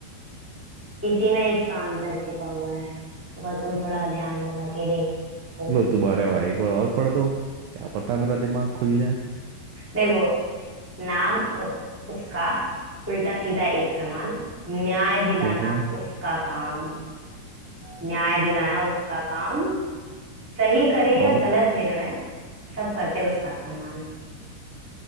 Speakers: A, in the centre; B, on the right.
A: इसी में इसका आंसर छिपा हुआ है अगर तुम थोड़ा ध्यान लगा के देखो
B: लो तुम्हारे भाई एक बार और पढ़ दो क्या पता मेरा दिमाग खुल जाए
A: देखो नाम उ- उसका उल्टा सीधा एक समान न्याय दिलाना
B: ठीक है
A: उसका काम न्याय दिलाना उसका काम सही करे या
B: और
A: गलत निर्णय सब करते उसका सम्मान